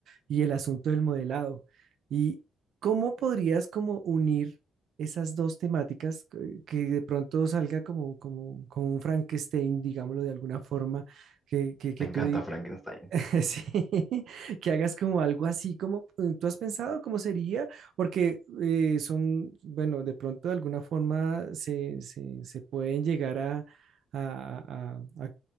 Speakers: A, on the right; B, in the centre.
A: y el asunto del modelado. ¿Y cómo podrías como unir esas dos temáticas que, que de pronto salga como, como, como un Frankenstein, digámoslo de alguna forma, que, que, que
B: Me encanta
A: tú
B: Frankenstein.
A: <laughs> Sí, que hagas como algo así como eh, tú has pensado cómo sería, porque eh, son, bueno, de pronto de alguna forma se, se, se pueden llegar a, a- a- a-